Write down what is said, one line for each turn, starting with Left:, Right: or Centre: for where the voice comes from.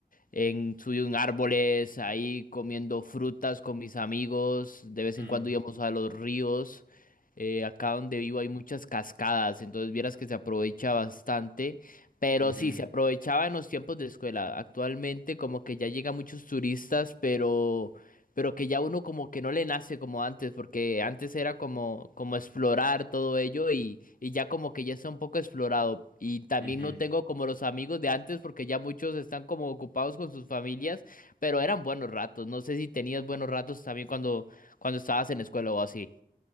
Left: en, subí en árboles, ahí comiendo frutas con mis amigos. De vez
Right: mm,
Left: en cuando íbamos a los ríos. Eh, acá donde vivo hay muchas cascadas, entonces vieras que se aprovecha bastante. Pero
Right: ujú,
Left: sí, se aprovechaba en los tiempos de escuela. Actualmente como que ya llegan muchos turistas, pero pero que ya uno como que no le nace como antes, porque antes era como, como explorar todo ello y, y ya como que ya está un poco explorado. Y también
Right: ujú.
Left: no tengo como los amigos de antes, porque ya muchos están como ocupados con sus familias, pero eran buenos ratos. No sé si tenías buenos ratos también cuando, cuando estabas en la escuela o así.